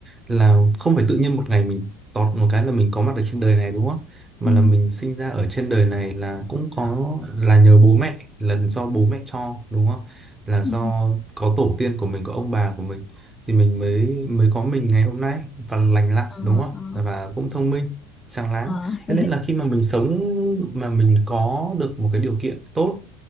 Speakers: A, on the right (about 20°); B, on the left (about 20°).
A: là không phải tự nhiên một ngày mình tọt một cái là mình có mặt ở trên đời này đúng không mà
B: ừ
A: là mình sinh ra ở trên đời này là cũng có là nhờ bố mẹ là do bố mẹ cho đúng không là do
B: ừ
A: có tổ tiên của mình có ông bà của mình thì mình mới mới có mình ngày hôm nay và lành lặn
B: ờ
A: đúng không
B: ờ
A: và cũng thông minh sáng láng
B: ờ <laughs>
A: thế nên là khi mà mình sống mà mình có được một cái điều kiện tốt